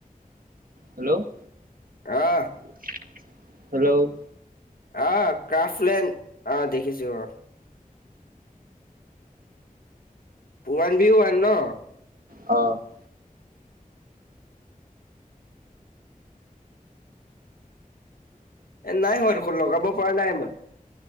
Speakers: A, on the right; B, on the left.
A: হেল্ল'? <inaudible>
B: আহ <unintelligible>
A: <unintelligible> হেল্ল'!
B: অ! কাফলেণ্ অ! দেখিছো অ <unintelligible> ওৱান ভিও ওৱান ন? <unintelligible>
A: অ! <inaudible>
B: এ নাই হোৱা দেখোন লগাব পৰা নাই মই। <unintelligible>